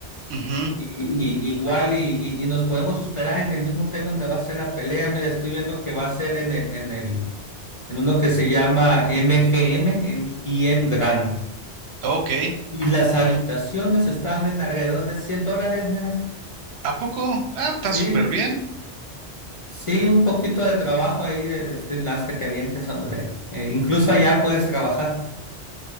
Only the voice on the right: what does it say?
Ujú.
Ok.
¿A poco? Ah, está
súper bien.